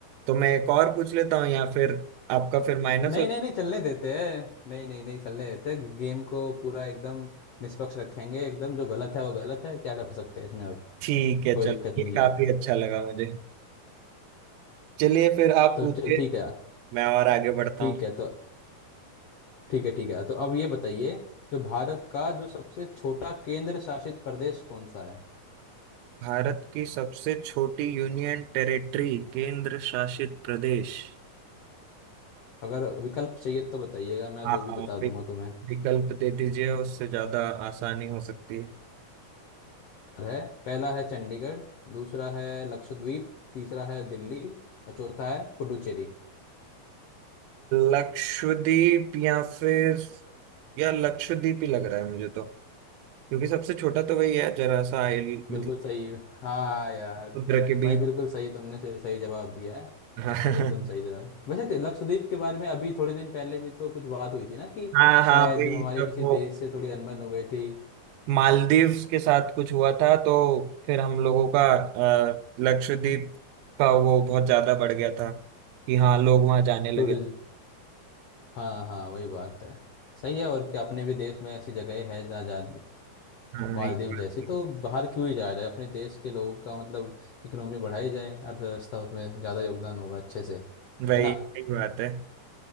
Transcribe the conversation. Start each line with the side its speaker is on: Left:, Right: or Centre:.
Right: तो मैं एक और पूछ लेता हूँ या फिर आपका फिर माइनस
Left: नहीं
Right: हो
Left: नहीं नहीं चलने देते हैं नहीं नहीं नहीं चलने देते हैं। गेम को पूरा एकदम निष्पक्ष रखेंगे एकदम जो गलत है वो गलत है क्या कर सकते हैं इसमें अब
Right: ठीक है
Left: कोई
Right: चलो
Left: दिक्कत नहीं
Right: ये
Left: है
Right: काफी अच्छा लगा मुझे चलिए फिर आप
Left: तो
Right: पूछिए
Left: चल ठीक है
Right: मैं और आगे बढ़ता
Left: ठीक
Right: हूँ
Left: है तो ठीक है ठीक है तो अब ये बताइए जो भारत का जो सबसे छोटा केंद्र शासित प्रदेश कौन सा है
Right: भारत की सबसे छोटी यूनियन टेरिटरी केंद्र शासित प्रदेश
Left: अगर विकल्प चाहिए तो बताइएगा मैं
Right: हाँ
Left: वो भी बता दूंगा
Right: वि-
Left: तुम्हें
Right: विकल्प दे दीजिए उससे ज्यादा आसानी हो सकती है
Left: है पहला है चंडीगढ़ दूसरा है लक्षद्वीप तीसरा है दिल्ली और चौथा है पुडुचेरी
Right: लक्षद्वीप या फिर या लक्षद्वीप ही लग रहा है मुझे तो क्योंकि सबसे छोटा तो वही है जरा सा आइल
Left: बिल्कुल
Right: मतलब
Left: सही हाँ यार
Right: समुद्र के बीच
Left: भाई बिल्कुल सही तुमने से सही जवाब दिया है
Right: <laughs> हाँ
Left: एकदम सही जवाब वैसे कि लक्षद्वीप के बारे में अभी थोड़े दिन पहले भी तो कुछ बात हुई थी ना कि
Right: हाँ हाँ,
Left: शायद
Right: वही
Left: हमारे
Right: सब
Left: किसी
Right: वो
Left: देश से थोड़ी अनबन हो गई थी
Right: मालदीव्स के साथ कुछ हुआ था तो फिर हम लोगों का अ, लक्षद्वीप का वो बहुत ज्यादा बढ़ गया था कि हाँ लोग वहां जाने लगे
Left: टूरिज्म हाँ हाँ वही बात है सही है और क्या अपने भी देश में ऐसी जगह है जहाँ जा
Right: हाँ
Left: मालदीव
Right: ये बात
Left: जैसी
Right: भी-
Left: तो बाहर क्यों ही जाया जाए अपने देश के लोगों का मतलब इकोनॉमी बढ़ाई जाए अर्थव्यवस्था उसमें ज़्यादा योगदान होगा अच्छे से है
Right: वही
Left: ना
Right: सही बात है